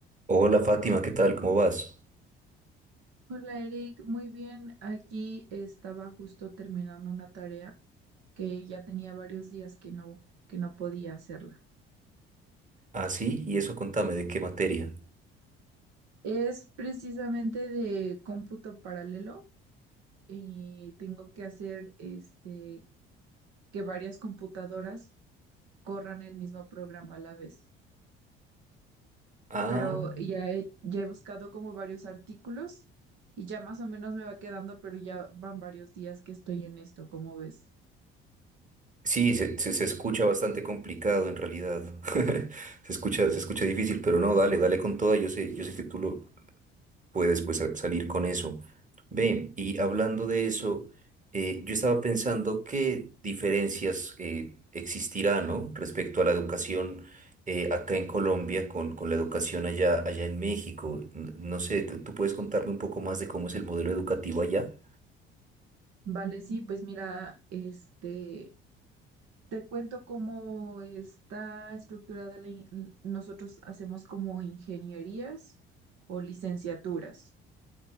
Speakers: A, on the right; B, on the right.
A: Hola Fátima, ¿qué tal? ¿Cómo vas?
B: Hola Eric, muy bien. Aquí estaba justo terminando una tarea que ya tenía varios días que no, que no podía hacerla.
A: Ah, sí, y eso contame, ¿de qué materia?
B: Es precisamente de cómputo paralelo y tengo que hacer este que varias computadoras corran el mismo programa a la vez.
A: Ah,
B: Pero ya he, ya he buscado como varios artículos y ya más o menos me va quedando, pero ya van varios días que estoy en esto, como ves?
A: sí, se, se- se escucha bastante complicado en realidad. <laughs> Se escucha, se escucha difícil, pero no, dale, dale con toda. Yo sé, yo sé que tú lo, puedes pues sa- salir con eso. Ve, y hablando de eso, eh, yo estaba pensando qué diferencias eh, existirá, ¿no? Respecto a la educación eh, acá en Colombia con, con la educación allá, allá en México. N- No sé, ¿tú, tú puedes contarme un poco más de cómo es el modelo educativo allá?
B: Vale, sí, pues mira, este Te cuento cómo está estructurada la in- l- nosotros hacemos como ingenierías o licenciaturas.